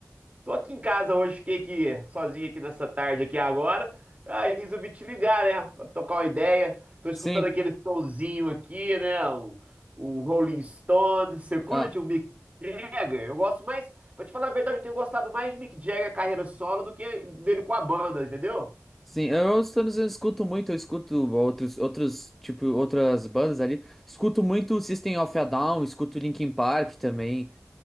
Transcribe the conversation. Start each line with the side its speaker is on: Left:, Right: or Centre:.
Right: tô aqui em casa hoje, fiquei aqui sozinho aqui nessa tarde aqui agora. Aí resolvi te ligar, né, para tocar uma ideia. Tô escutando
Centre: Sim,
Right: aquele sonzinho aqui, né, um, um Rolling Stones. Você curte
Centre: ah,
Right: o Mick Jagger? Eu gosto mais, pra te falar a verdade, eu tenho gostado mais de Mick Jagger carreira solo do que dele com a banda, entendeu?
Centre: sim. Eu os dizendo, eu escuto muito, eu escuto outros, outros, tipo, outras bandas ali. Escuto muito System of a Down, escuto Linkin Park também.